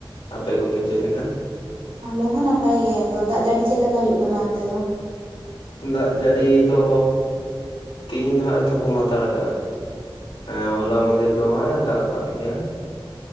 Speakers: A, on the left; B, on the right.
A: ᱟᱯᱮ ᱠᱚᱜᱮ ᱪᱮᱫ ᱞᱮᱠᱟ?
B: ᱟᱞᱮ ᱦᱚᱸ ᱱᱟᱯᱟᱭ ᱜᱮ ᱟᱫᱚ ᱫᱟᱜ ᱡᱟᱹᱲᱤ ᱪᱮᱫ ᱞᱮᱠᱟ ᱦᱩᱭᱩᱜ ᱠᱟᱱᱟ ᱚᱱᱛᱮ ᱫᱚ?
A: ᱫᱟᱜ ᱡᱟᱹᱲᱤ ᱫᱚ ᱛᱤᱦᱤᱧ ᱫᱚ ᱦᱟᱸᱜ ᱛᱷᱩᱠᱩᱢ ᱦᱟᱛᱟᱲ ᱠᱟᱜᱼᱟ ᱾ ᱮᱸ ᱦᱚᱞᱟ ᱢᱟᱫᱷᱮᱨ ᱫᱚ ᱦᱚᱸᱜ ᱮ ᱫᱟᱜ ᱟᱠᱟᱫ ᱜᱮᱭᱟ ᱾